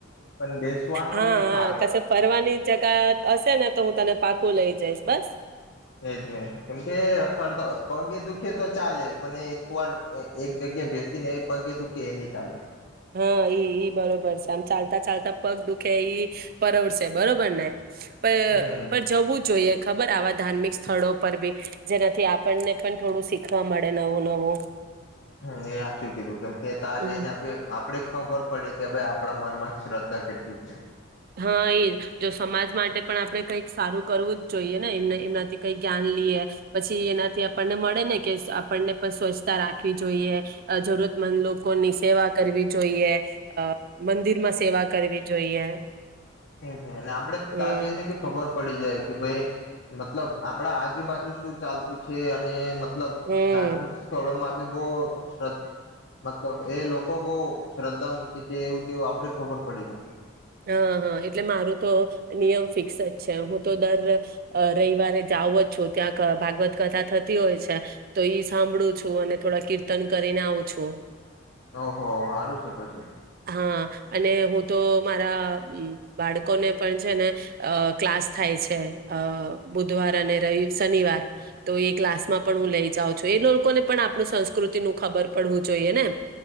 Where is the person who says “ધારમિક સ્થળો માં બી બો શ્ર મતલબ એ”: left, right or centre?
Left